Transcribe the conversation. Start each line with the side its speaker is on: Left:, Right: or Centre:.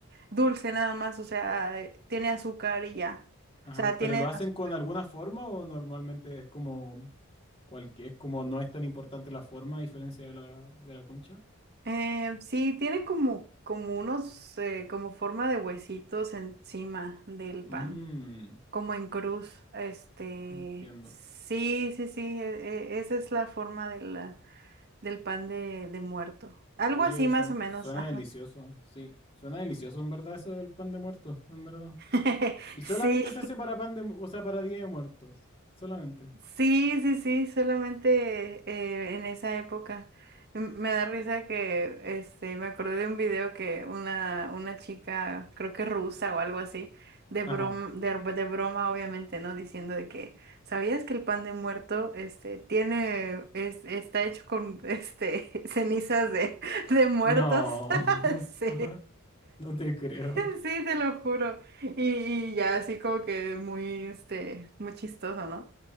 Right: dulce nada más, o sea, eh, tiene azúcar y ya.
Left: Ajá,
Right: O sea,
Left: pero
Right: tiene,
Left: ¿lo hacen
Right: az-
Left: con alguna forma o normalmente es como cualquier, es como no es tan importante la forma a diferencia de la, de la concha?
Right: eh, sí, tiene como, como unos, eh, como forma de huesitos encima del
Left: Mmm,
Right: pan, como en cruz. Este,
Left: entiendo.
Right: sí, sí, sí, e- e- esa es la forma de la... Del pan de, de muerto. Algo
Left: Oye,
Right: así más
Left: suen-
Right: o menos,
Left: suena,
Right: ajá.
Left: delicioso, sí, suena delicioso en verdad eso del pan de muerto, en verdad.
Right: <laughs>
Left: Y solamente
Right: Sí,
Left: se hace para pan de, mu- o sea, para Día de Muertos, solamente.
Right: sí, sí, sí, solamente eh, en esa época. M- Me da risa que este, me acordé de un video que una, una chica, creo que rusa o algo así, de broma,
Left: Ajá.
Right: de, de broma obviamente, ¿no? Diciendo de que, ¿sabías que el pan de muerto este, tiene, es, está hecho con este, <laughs> cenizas de, de muertos?
Left: No,
Right: <laughs> Sí.
Left: <laughs> no te creo.
Right: <laughs> Sí, te lo juro. Y, y ya así como que muy, este, muy chistoso, ¿no?